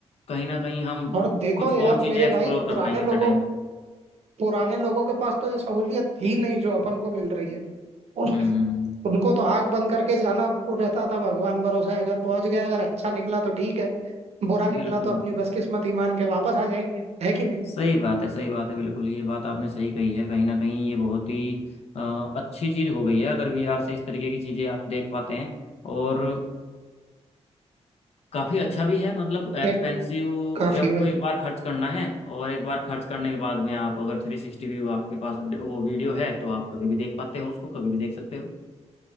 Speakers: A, on the left; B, on the right.
A: कहीं ना कहीं हम
B: और देखो
A: कुछ
B: यार
A: और चीज़ें
B: मेरे
A: एक्सप्लोर
B: भाई
A: कर
B: पुराने
A: पाएंगे
B: लोगों
A: इतना टाइम में
B: पुराने लोगों के पास तो ये सहूलियत थी नहीं जो अपन को मिल रही है उन,
A: हम्म हम्म।
B: उनको तो आंख बंद करके जाना रहता था भगवान भरोसे अगर पहुंच गए अगर अच्छा निकला तो ठीक है बुरा निकला
A: बिल्कुल
B: तो अपनी बदकिस्मत ईमान के वापस आ जाएंगे है कि नहीं
A: सही बात है सही बात है बिल्कुल ये बात आपने सही कही है कहीं ना कहीं ये बहुत ही अ, अच्छी चीज़ हो गई है अगर वीआर से इस तरीके की चीज़ें आप देख पाते हैं और काफी अच्छा भी है मतलब एक्सपेंसिव
B: है काफी
A: आपको
B: भाई
A: एक बार खर्च करना है और एक बार खर्च करने के बाद में आप अगर थ्री सिक्सटी व्यू आपके पास वो वीडियो है तो आप कभी भी देख पाते हो उसको कभी भी देख सकते हो